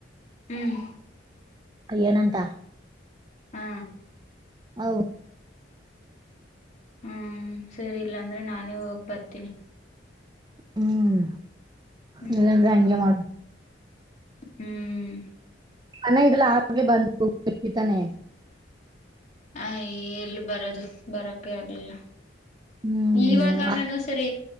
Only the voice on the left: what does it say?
ಹ್ಮ್
ಹಾ
ಹ್ಮ ಸರಿ ಇಲ್ಲ ಅಂದ್ರೆ ನಾನೇ ಹೋಗ್ ಬರ್ತೀನಿ
ಹ್ಮ್
ಹ್ಮ್
ಹ ಎಲ್ ಬರೊದು ಬರೋಕೆ ಆಗ್ಲಿಲ್ಲ.
ಇವಾಗ ನಾನು ಸರಿ.